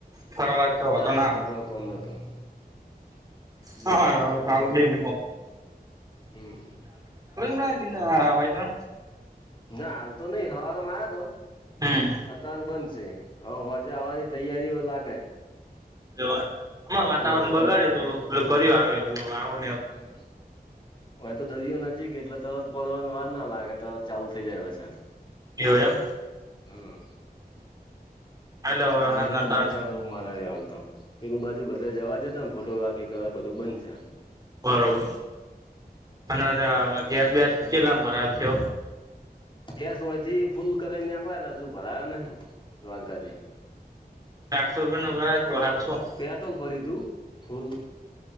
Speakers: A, on the right (about 25°); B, on the left (about 30°).
A: ફરવાતો હતો
B: હાલ
A: ના
B: તો કોઈ કોમ નથીત
A: હ હા ક ચાલુમ
B: હમ
A: ક વા
B: ના હાલ તો નહી હવા તો માર્યા તો
A: હમ
B: અત્યારે બનશે હ આજે આવવાની તૈયારીઓ લાગે
A: ગરીબ નો પૈસો
B: હમ
A: ખાઓ તામે શરમ નાઈ લગે
B: હ હ તો દરિયો નજીક એટલે તરત પડવાની વાર ના લાગે તરત ચાલુ થઇ જાય વરસાદ
A: એ હોયમ
B: હમ
A: એટલે વરસાદના
B: દરિયો તો
A: કારણે
B: મોજા બહ મારા દવાલ તો પેલું બાજુ બધા જવા દેતામ ફોટોગ્રાફી કરવા બધું બંધ છે
A: બરોબર અને ગેસ વેસ કેટલામ ભરા છો
B: ગેસ હોય થી ફૂલ કર ને આલા હજુ ભરાયો નહીિ દ્વારકા જે
A: તારો જીવો હરામી મદાસ કોઈ નહીં
B: પટોલ પડી તું ફૂલ